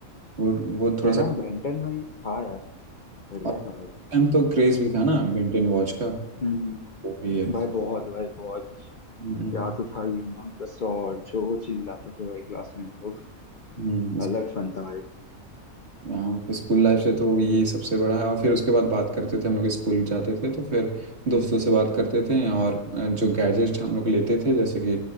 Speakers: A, on the right; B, on the left.
A: वो वो थोड़ा
B: है
A: सा
B: ना बेन टेन भाई हाँ यार बढ़िया
A: अब
B: था भाई
A: टाइम तो क्रेज भी था ना बेंटेन वॉच का
B: हम्म
A: वो भी है
B: भाई बहुत भाई बहुत
A: हम्म
B: क्या तो था ये उमंगस और जो चिल्लाते थे भाई क्लास में हम लोग
A: हम्म
B: अलग फन था भाई
A: हाँ तो स्कूल लाइफ से तो ये सबसे बड़ा है और फिर उसके बाद बात करते थे हम लोग स्कूल जाते थे तो फिर दोस्तों से बात करते थे और अ, जो गैजेट हम लोग लेते थे जैसे कि